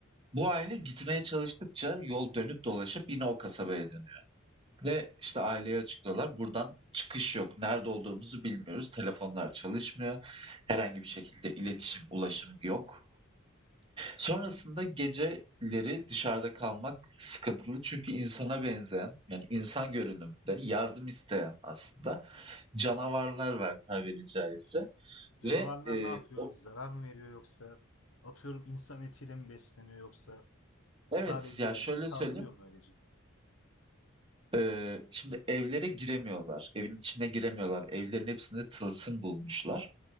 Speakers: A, on the right (about 25°); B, on the left (about 70°).
A: bu aile gitmeye çalıştıkça yol dönüp dolaşıp yine o kasabaya dönüyor. Ve işte aileye açıklıyorlar. Buradan çıkış yok. Nerede olduğumuzu bilmiyoruz. Telefonlar çalışmıyor. Herhangi bir şekilde iletişim, ulaşım yok. Sonrasında geceleri dışarıda kalmak sıkıntılı. Çünkü insana benzeyen, yani insan görünümünde yardım isteyen aslında canavarlar var tabiri caizse.
B: Canavarlar
A: Ve e,
B: ne yapıyor?
A: o
B: Zarar mı veriyor yoksa atıyorum insan etiyle mi besleniyor yoksa sadece
A: evet ya şöyle
B: saldırıyor
A: söyleyeyim.
B: mu öylece?
A: e, şimdi evlere giremiyorlar. Evin içine giremiyorlar. Evlerin hepsinde tılsım bulmuşlar.